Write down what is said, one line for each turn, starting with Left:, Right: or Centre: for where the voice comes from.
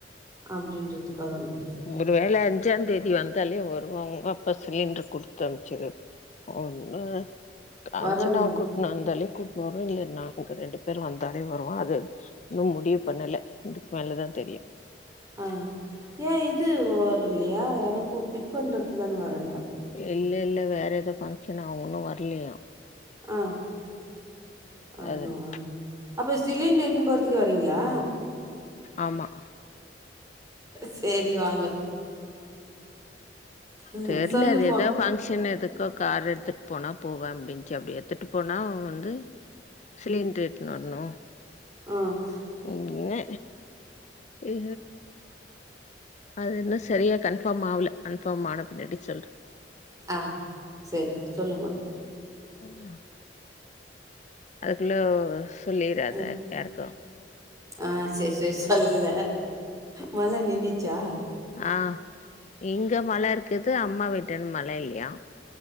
Right: அப்டின்றதுக்காக வே
Left: ஒருவேளை அஞ்சா தேதி வந்தாலே வருவாங்க அப்ப சிலிண்டர் குடுத்து அனுப்ச்சிரு ஒன்னு
Right: வரேன்னாங்க
Left: அரச்சனாக்கு நா அந்தாலே கூப்போறே இல்லே நாங்க ரெண்டு பேரு வந்தாலே வருவோ அது இன்னு முடிவு பண்ணலை இதுக்கு மேலதா தெரியு
Right: ஆஹ் ஏ இது வர்லயா யாரோ கூ பிக் பண்றதுக் தானே வரே
Left: இல்ல இல்ல வேற ஏதோ ஃபங்க்ஷனா அவுங்க இன்னு வரலயா
Right: ஆஹ் ஆமாவா
Left: அதுன
Right: அப்போ சிலிண்ட்டர் எடுத்துனு போறத்துக்கு வரீங்களா
Left: ஆமா
Right: சேரி வாங்க ம்
Left: தெர்ல
Right: சொல்லு
Left: இது
Right: போ
Left: எதாவ் பங் ஷன் எதுக்கோ கார் எடுத்துட்டு போனா போவே அப்டின்ச்சி அப்டி எடுத்துட்டு போனா வந்து சிலிண்ட்ர் எட்டுனு வரணு
Right: ஆ ச
Left: என்னே இ அது இன்னு சரியா கன்ஃபார்ம் ஆவல கன்ஃபார்ம் ஆன பின்னாடி சொல்றே
Right: ஆ சரி சொல்லுங்கோ
Left: ம் அதுக்குள்ள சொல்லிறாத
Right: ம்
Left: யாருக்கு
Right: ஆ சரி சரி சொல்ல மழ நின்னிச்சா
Left: ஆ இங்க மழ இருக்குது அம்மா வீட்டுன் மழ இல்லியா